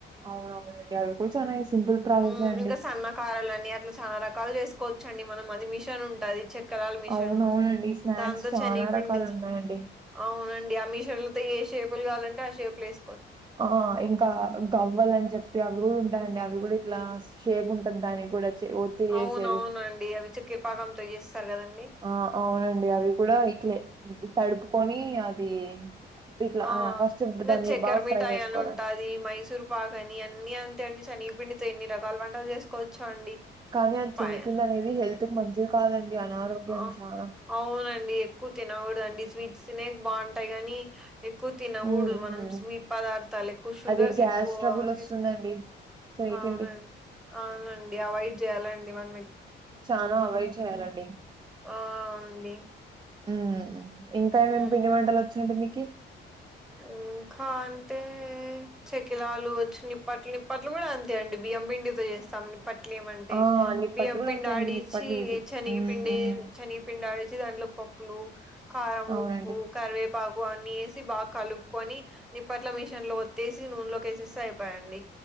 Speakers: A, on the right (about 20°); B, in the centre.
A: అవునవునండి అవి కూడా చాల సింపుల్ ప్రాసెసే
B: మ్మ్
A: అండి
B: ఇంకా సన్న కారాలని అట్లా చాలా రకాలు చేసుకోవచ్చండి మనం అది మిషన్ ఉంటుంది చె కాల మిష్ర
A: అవునవునండి.
B: ను
A: స్నాక్స్
B: దాంంతో
A: చాలా
B: చని పిండ
A: రకాలున్నాయండి.
B: అవునండి ఆమష్వర్లతో ఏ షేపులు కావాలంటే ఆ షేపులు వేసు
A: ఆ ఇంకా గవ్వల్ అని చెప్పి అవి కూడా ఉంటాయండి అవి కూడా ఇట్లా షేప్ ఉంటంది దానికి కూడాఅచ్చి వత్తి చేసేవి
B: అవునవునండి అవి చక్కెరపాకంతో చేస్తారు కదండి
A: ఆ అవునండి అవి కూడా ఇట్లే తడుపుకొని అది ఇట్లా
B: ఆ
A: ఫస్ట్
B: ఇంకా
A: దాన్ని
B: చక్కెరమిఠాయి
A: బాగా ఫ్రై చేసుకోవాలండి
B: అని ఉంటాది మైసూర్ పాక అని అన్ని అ అండి శెనగపిండితో ఎన్ని రకాల వంటలు చేసుకోవచ్చొ అండి
A: కానీ
B: చెప్పాయే
A: అచ్చనగ పిండి అనేది హెల్త్ కి మంచిది కాదండి అనారోగ్యం
B: అ
A: చాలా
B: అవునండి ఎక్కువ తినకూడదండి స్వీట్స్ తినేకి బావుంటాయి గానీ ఎక్కువ తినకూడదు
A: ఉమ్ ఉమ్
B: మనం స్వీట్ పదార్థాలు ఎక్కువ షుగర్స్
A: అది గ్యాస్
B: ఎక్కువ
A: ట్రబుల్ వస్తుందండి
B: తీసుకు
A: శనగపిండి
B: అవునండి అవునండి అవాయిడ్ చేయాలండి మన
A: చానా అవాయిడ్ చేయ్యాలండి
B: ఆ అండి
A: మ్ ఇంకా ఏమేమి
B: ఉమ్
A: పిండి వంటలు వచ్చండి మీకి
B: ఇంకా అంటే చెకిలాలు వచ్చి నిప్పట్లు నిప్పట్లు కూడా అంతే అండి బియ పిండి తొ చేస్తాం నిప్ పట్లేమంటే
A: ఆ నిప్పట్లు
B: బియ్యం
A: కూడా
B: పిండి
A: అంతే
B: ఆడించి
A: అండి నిప్పట్లు ఈజీ
B: శనిగిపిండి
A: ఉమ్ ఉమ్
B: శనిగిపిండి ఆడించి దాంట్లోపప్ ప్పు కారం
A: అవునండి.
B: ఉప్పు కరివేపాకు అన్నీ ఏసి బా కలుపుకొని నిప్పట్ల మిషన్ లో ఒత్తేేసి నూనెలోకేసేస్త అయిపోయాయండి